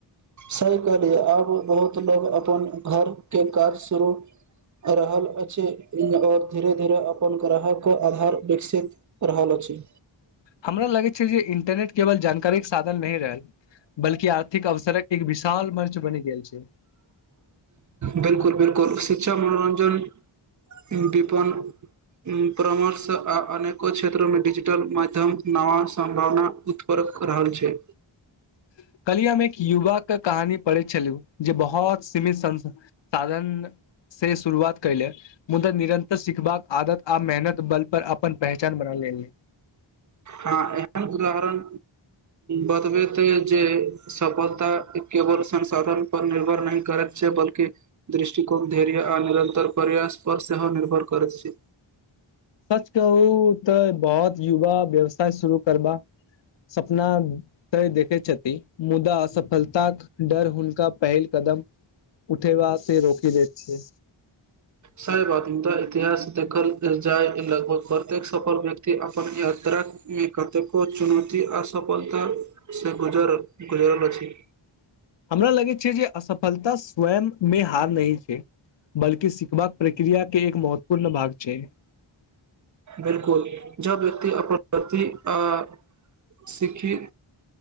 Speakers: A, on the right; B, on the left.
A: सही कहलियए अब बहुत लोग अपन घर के काज शुरू रहल अछि और धीरे धीरे अपन ग्राहके आधार विकसित रहल अछि
B: हमरा लगै छै जे इंटरनेट केवल जानकारीके साधन नहि रहल बल्कि आर्थिक अवसरक एक विशाल मर्च बनि गेल छै
A: बिलकुल बिलकुल शिक्षा मनोरञ्जन विपन परामर्श आ अनेको क्षेत्रमे डिजिटल माध्यम नवा सम्भावना उत्पन्क रहल छै
B: <inaudible> कहलिय हम एक युवा के कहानी पढ़े छलिय जे बहुत सीमित सं साधन से शुरुआत कले मुदा निरन्तर सिखबाक आदत आ मेहनत बल पर अपन पहचान बना ले
A: हँ एहन उदाहरण बतबैत ह जे सफलता केवल संसाधन पर निर्भर नहि करैत बल्कि दृष्टिकोण धैर्य आ निरतर परयास पर सेहो निर्भर कर छै
B: सच कहू तऽ बहुत युवा व्यवस्ा शुरू करबा सपना तय देखैत छथि मुदा असफलताक डर हुनका पहिल कदम उठेबा से रोकि दैत छै
A: सहि बात त इतिहास देखल जाय लगभग प्रत्येक सफल व्यक्ति अपन यात्रा मे कतेको चुनौती आ सफलता से गुजर गुजरल अछि
B: हमरा लगैत छै जे असफलता स्वयं मे हार नहि छै बल कि सीखबाक प्रक्रिया के एक महत्वपूर्ण भाग छै
A: बिलकुल जब व्यक्ति अपन प्रति अ सीखी